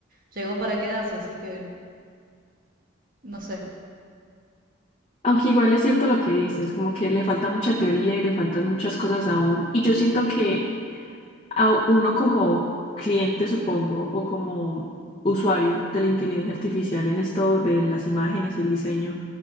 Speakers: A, on the right; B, on the left.
A: llegó para quedarse, así que no sé.
B: Aunque igual es cierto lo que dices, como que le falta mucha teoría y le faltan muchas cosas aún. Y yo siento que a uno como cliente, supongo, o como usuario de la inteligencia artificial en esto de las imágenes y el diseño,